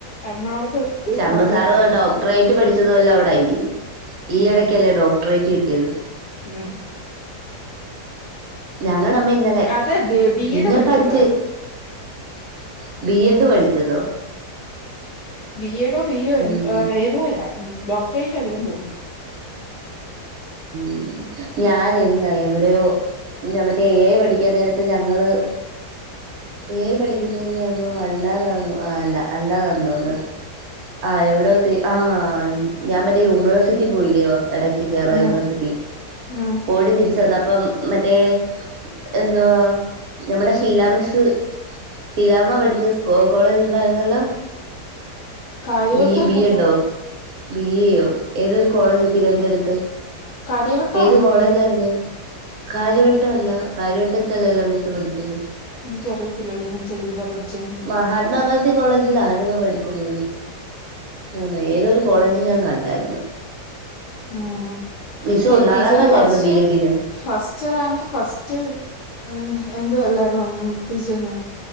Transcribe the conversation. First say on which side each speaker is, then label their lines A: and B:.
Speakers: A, on the left; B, on the right.
A: എറണാകുളത്ത്. പോയി
B: ശംമ്പസാർ
A: കോട്ടയത്ത് ഇറങ്ങി
B: ഡോക്ടറേറ്റ് പഠിച്ചതു വല്ലോ അവിടെയിരിക്കും. ഈ
A: ഉം
B: ഇടയ്ക്കല്ലേ
A: ഉം
B: ഡോക്ടറേറ്റ് കിട്ടിയത്.
A: ഉം.
B: ഞങ്ങളുടെ അമ്മ ഇന്നലെ.
A: അത് ബി ബി
B: നിന്നെ
A: എഡ് പഠിച്ചത്
B: പഠിച്ചു. - ബി എഡ് പഠിച്ചതോ?
A: ബി എഡോ, ബി എ
B: ഉം
A: ഏതോയാ. ഡോക്ടറേറ്റ് അല്ലന്ന് തോന്നുന്നു.
B: <inaudible> ഞാൻ ഇന്ന് എവിടെയോ, മറ്റേ എ പഠിക്കാൻ നേരത്ത് ഞങ്ങള്- ഏ പഠിക്കുന്നതിന്റൊന്നോ അല്ലാതന്ന ആ അല്ല അല്ലാതതോന്ന്-. ആ എവിട ആ, ഞാൻ മറ്റേ യൂണിവേഴ്സിറ്റിയിൽപോയില്ലിയോഇടക്ക് കേരള
A: ഉം
B: യൂണിവേഴ്സിറ്റി.
A: ഉം
B: പോയിട്ട് തിരിച്ചു വന്നപ്പം. മറ്റേ എന്തുവാ നമ്മുടെ ശീലാമിസ്സ്. ശീലാമ്മ പഠിച്ച സ് കോളേജ് ഉണ്ടായിരുന്നല്ലോ?
A: കാര്യവട്ടം
B: ബി
A: അല്ലല്ലോ
B: ബി എഡോ, ബി എയോ ഏതൊരു കോളേജ് തിരുവനന്തപുരത്ത്?
A: കാര്യവട്ടം
B: ഏത്
A: ആന്നോ
B: കോളേജായിര്ന്ന്?
A: നീ
B: കാര്യവട്ടമല്ലാ കാര്യവട്ടത്തല്ലല്ലോ മിസ്സ് പഠിച്ചത്
A: ഇന്ക്ക്യറിയത്തില്ലടി മിസ്സേതിലാ പഠിച്ചേന്ന്
B: മഹാത്മാഗാന്ധി കോളേജിലായിരുന്നോ പഠിച്ചത് ആഹ് ഏതോ ഒരു കോളേജ് ഞാൻ കണ്ടായിരുന്നു
A: ആഹ്
B: മിസ്സ്
A: ശരി
B: ഒന്നാം
A: ടീച്ചറേ
B: റാങ്കല്ലായിരുന്നോ
A: ഫസ്റ്റ്
B: ബി എഡിന്
A: ഫസ് ച്ചർന്ക്ക് ഫസ്റ്റ് എ എന്ത് വല്ലായിരുന്നോ ഉം ടീച്ചറ്ന്?